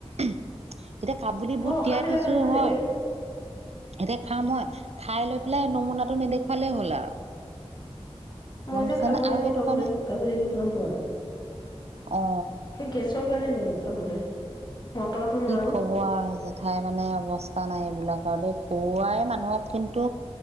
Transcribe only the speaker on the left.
বৰ
অশান্তি
লাগে নহয়
তেতিয়া
মই
যে খাবই
নোৱাৰোঁ
কাবুলী
বুট- কাবুলী বুট, গম পোৱা?
সেই গেছৰ কাৰণে নোৱাৰোঁ খাবলৈ। মটৰটো নোৱাৰো